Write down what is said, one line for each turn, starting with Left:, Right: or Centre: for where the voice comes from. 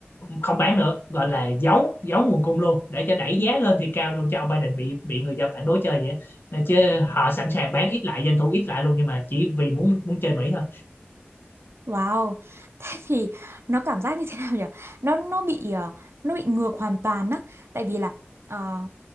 Left: không bán nữa gọi là giấu giấu nguồn cung luôn để cho đẩy
Right: ừ.
Left: giá lên thì cao luôn cho ông Biden bị bị người dân phản đối chơi vậy á. Ờ, chứ họ sẵn sàng bán ít lại doanh thu ít lại luôn nhưng mà chỉ vì muốn muốn chơi Mỹ thôi
Right: Wow. Thế thì nó cảm giác như thế nào nhỉ? Nó nó bị ờ, nó bị ngược hoàn toàn á, tại vì là ờ,